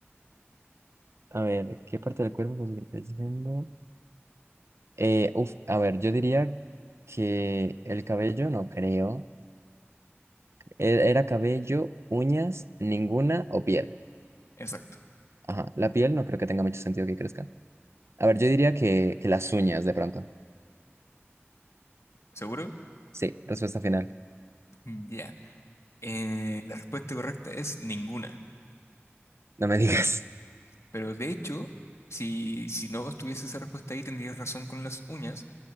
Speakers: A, on the right (about 70°); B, on the left (about 80°).
A: A ver, ¿qué parte del cuerpo podría estar diciendo? Eh, uf, a ver, yo diría que el cabello, no creo. E- Era cabello, uñas, ninguna o piel.
B: Exacto.
A: Ajá, la piel no creo que tenga mucho sentido que crezca. A ver, yo diría que, que las uñas de pronto.
B: ¿Seguro?
A: Sí, respuesta final.
B: Mm, Ya. Eh, la respuesta correcta es ninguna.
A: No me <laughs> digas.
B: Pero de hecho, si, si no estuviese esa respuesta ahí, tendrías razón con las uñas,